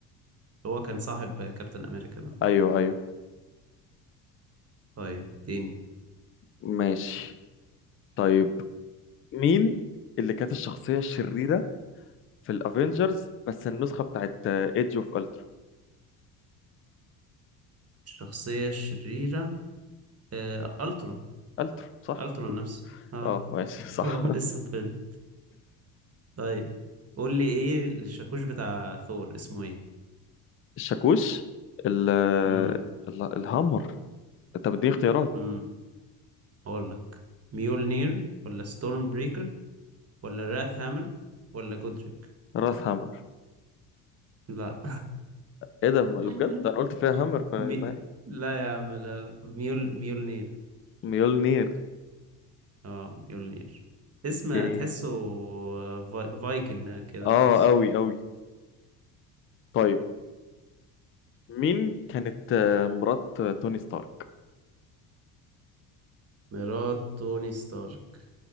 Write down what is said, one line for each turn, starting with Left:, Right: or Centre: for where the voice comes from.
Right: اللي هو كان صاحب كابتن امريكا ده
Left: ايوه ايوه
Right: طيب اديني
Left: ماشي طيب مين اللي كانت الشخصية الشريرة في الافينجرز بس النسخة بتاعت ايدج اوف التر
Right: الشخصية الشريرة آه، الترون
Left: التر صح
Right: الترون نفسه اه
Left: اه ماشي صح
Right: <laughs> هو من اسم الفيلم طيب قول لي ايه الشاكوش بتاع ثور اسمه ايه
Left: <laughs> الشاكوش ال
Right: امم
Left: ال- الهامر طب اديني اختيارات
Right: امم اقول لك ميولنير ولا ستورم بريكر ولا راث هامر ولا جودريك
Left: راس هامر
Right: لا
Left: ايه ده ما اللي
Right: <laughs>
Left: بجد انا قلت فيها هامر فيبقى
Right: مي...
Left: هي.
Right: لا يا عم لا لا ميول ميولنير
Left: ميولنير
Right: اه ميولنير اسم
Left: إيه.
Right: تحسه في... فايكنج كده
Left: اه
Right: في نفسه
Left: اوي اوي طيب مين كانت آه، مرات آه، توني ستارك
Right: مرات توني ستارك